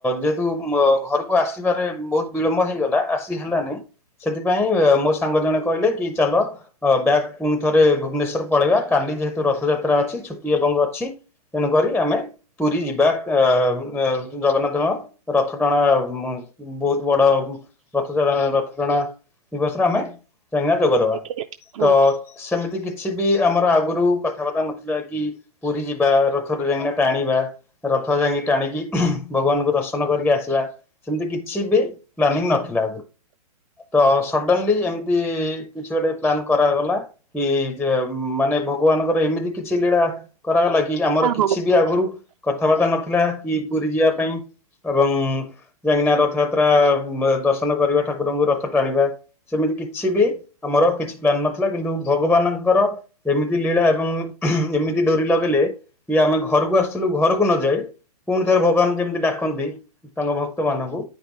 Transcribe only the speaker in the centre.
ଯେହେତୁ ମ ଘରକୁ ଆସିବାରେ ବୋହୁତ ବିଳମ୍ବ ହେଇଗଲା ଆସି ହେବାନେଇ ସେଥିପାଇଁ ମୋ ସାଙ୍ଗ ଜଣେ କହିଲେ କି ଚାଲ ଅ ବ୍ୟାକ୍ ପୁଣି ଥରେ ଭୁବନେଶ୍ୱର ପଳେଇବା କାଲି ଯେହେତୁ ରଥଯାତ୍ରା ଅଛି ଛୁଟି ଏବଂ ଅଛି ତେଣୁକରି ଆମେ ପୁରୀ ଯିବା ଏ ଏ ଜଗନ୍ନାଥଙ୍କ ରଥ ଟଣା ବହୁତ୍ ବଡ ରଥ <unintelligible> ରଥ ଟଣା। ଦିବସରେ ଆମେ <unintelligible> ଯୋଗଦବା,
ତ ସେମିତି କିଛି ବି ଆମର ଆଗରୁ କଥାବାର୍ତ୍ତା ନଥିଲା କି ପୁରୀ ଯିବା ରଥଟା ଯାଇଁକିନା ଟାଣିବା। ରଥ ଯାଇଁକି ଟାଣିକି ଭଗବାନଙ୍କୁ ଦର୍ଶନ କରିକି ଆସିଲା, ସେମ୍ତି କି ଛିବି ପ୍ଲାନିଙ୍ଗ ନଥିଲା, ତ ସଡନ୍ଲି ଏମ୍ ତି କିଛି ଗୋଟେ ପ୍ଲନ୍ କରାଗଲା କି ଯେ ମାନେ ଭଗବାନଙ୍କର ଏମିତି କିଛି ଲୀଳା କରାଗଲା କି ଆମର
କିଛି
ବି ଆଗୁରୁ କଥାବାର୍ତ୍ତା ନଥିଲା, କି ପୁରୀ ଯିବା ପାଇଁ ଏବଂ ଯାଇଁକିନା ରଥଯାତ୍ରା ଦର୍ଶନ କରିବା, ଠାକୁରଙ୍କୁ ରଥ ଟାଣିବା। ସେମିତି କିଛି ବି ଆମର କିଛି ପ୍ଲାନ ନଥିଲା, କିନ୍ତୁ ଭଗବାନଙ୍କର ଏମିତି ଲୀଳା ଏବଂ ଏମିତି ଡୋରି ଲଗେଇଲେ କି ଆମେ ଘରୁକୁ ଆସୁଥିଲୁ ଘର କୁ ନ ଯାଇ, ପୁଣି ଥରେ ଭଗବାନ୍ ଯେମିତି ଡାକନ୍ତି ତାଙ୍କ ଭକ୍ତ ମାନଙ୍କୁ